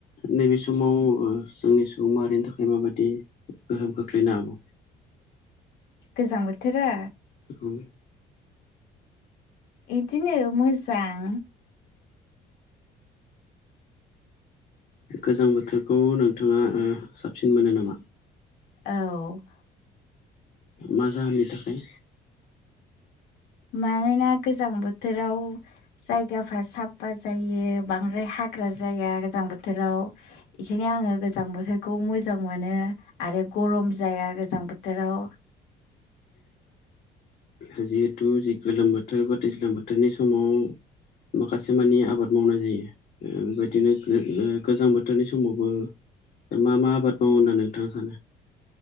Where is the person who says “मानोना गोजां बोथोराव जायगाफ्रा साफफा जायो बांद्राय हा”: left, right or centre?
Left